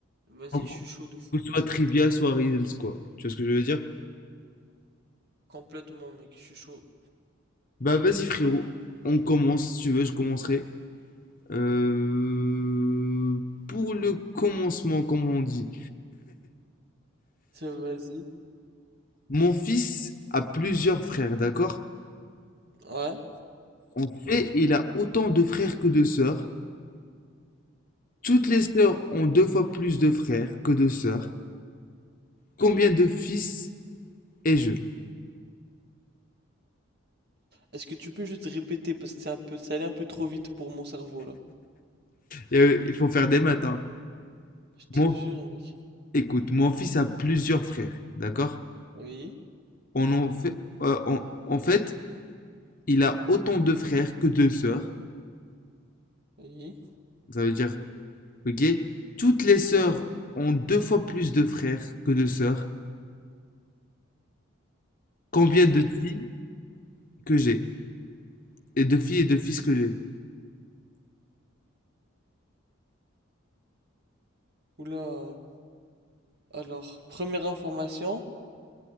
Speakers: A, on the right; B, on the left.
A: Vas-y,
B: Du
A: je suis chaud de fou.
B: coup, soit trivia, soit riddles, quoi. Tu vois ce que je veux dire?
A: Complètement, mec, je suis chaud.
B: Bah vas-y frérot, on commence, si tu veux, je commencerai. Euh, Pour le commencement, comme on dit,
A: Ça, vas-y.
B: mon fils a plusieurs frères, d'accord?
A: Ouais.
B: En fait, il a autant de frères que de sœurs. Toutes les sœurs ont deux fois plus de frères que de sœurs. Combien de fils ai-je?
A: Est-ce que tu peux juste répéter parce que c'est un peu, ça allait un peu trop vite pour mon cerveau là.
B: Et, euh, Il faut faire des maths, hein.
A: Je te
B: Mon-
A: jure, mec.
B: Écoute, mon fils a plusieurs frères, d'accord?
A: Oui,
B: On en fait, euh, en en fait, il a autant de frères que de sœurs.
A: oui,
B: Ça veut dire Ok? Toutes les sœurs ont deux fois plus de frères que de sœurs. Combien
A: ok.
B: de filles que j'ai? Et de filles et de fils que j'ai?
A: Oula. Alors, première information,